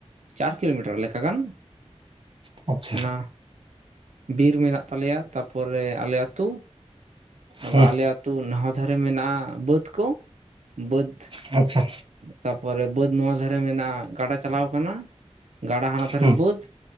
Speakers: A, on the right; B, on the right.
A: ᱪᱟᱨ ᱠᱤᱞᱳᱢᱤᱴᱟᱨ ᱞᱮᱠᱟ ᱜᱟᱱ
B: ᱟᱪᱪᱷᱟ
A: ᱚᱱᱟ ᱵᱤᱨ ᱢᱮᱱᱟᱜ ᱛᱟᱞᱮᱭᱟ ᱛᱟᱯᱚᱨᱮ ᱟᱞᱮ ᱟᱹᱛᱩ ᱟ
B: ᱦᱩᱸ
A: ᱟᱞᱮ ᱟ ᱟᱹᱛᱩᱳ ᱱᱟᱦᱟ ᱫᱷᱟᱨᱮ ᱢᱮᱱᱟᱜᱼᱟ ᱵᱟᱹᱫᱽ ᱠᱚ ᱵᱟᱹᱫᱽ
B: ᱟᱪᱪᱷᱟ
A: ᱛᱟᱯᱚᱨᱮ ᱵᱟᱹᱫ ᱱᱚᱣᱟ ᱫᱷᱟᱨᱮ ᱢᱮᱱᱟᱜᱼᱟ ᱜᱟᱰᱟ ᱪᱟᱞᱟᱣ ᱠᱟᱱᱟ ᱜᱟᱰᱟ ᱦᱟᱱᱟ ᱫᱷᱟᱨᱮ
B: ᱦᱩᱸ
A: ᱵᱟᱹᱫᱽ